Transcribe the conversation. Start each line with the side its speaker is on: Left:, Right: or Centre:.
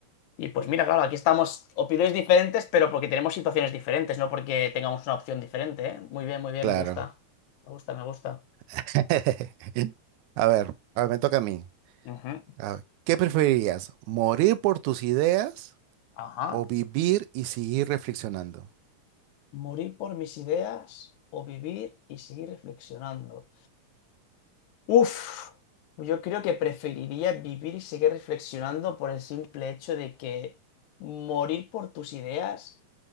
Left: Y pues mira, claro, aquí estamos, opiniones diferentes, pero porque tenemos situaciones diferentes, no porque tengamos una opción diferente, ¿eh? Muy bien, muy bien,
Right: claro.
Left: me gusta. Me gusta, me gusta.
Right: <laughs> A ver, a ver, me toca a mí.
Left: Ujú.
Right: A ver, ¿qué preferirías? ¿Morir por tus ideas
Left: Ajá.
Right: o vivir y seguir reflexionando?
Left: Morir por mis ideas o vivir y seguir reflexionando. Uf, yo creo que preferiría vivir y seguir reflexionando por el simple hecho de que morir por tus ideas